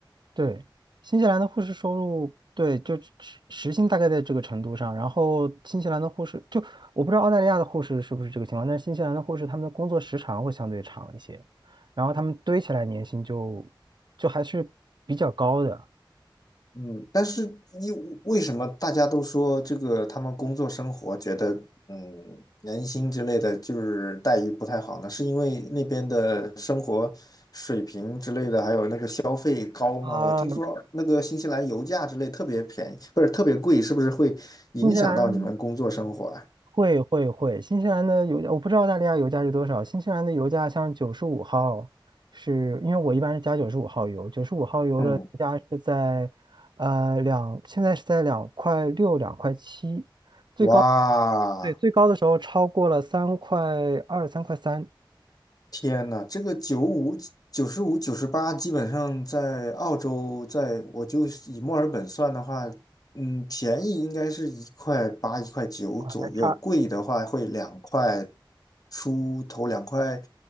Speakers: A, on the right; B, on the left.
A: 对，新西兰的护士收入，对，就时时薪大概在这个程度上。然后新西兰的护士，就我不知道澳大利亚的护士是不是这个情况，但是新西兰的护士他们的工作时长会相对长一些，然后他们堆起来年薪就就还是比较高的。
B: 嗯，但是因为什么大家都说这个他们工作生活觉得嗯年薪之类的就是待遇不太好呢？是因为那边的生活水平之类的，还有那个消费高吗？
A: 啊、
B: 我听说那个新西兰油价之类特别便宜，不是特别贵，是不是会影响到你们工作生活啊？
A: 新西兰会会会，新西兰的油价我不知道澳大利亚油价是多少，新西兰的油价像九十五号是，因为我一般是加九十五号油，九十五号油的油价是在呃两，
B: 嗯，
A: 现在是在两块六两块七，最高
B: 哇，
A: 对最高的时候超过了三块二三块三
B: 天呐，这个九五、九十五、九十八，基本上在澳洲，在我就以墨尔本算的话，嗯，便宜应该是一块八、一块九左右，
A: 啊，那差
B: 贵的话会两块出头，两块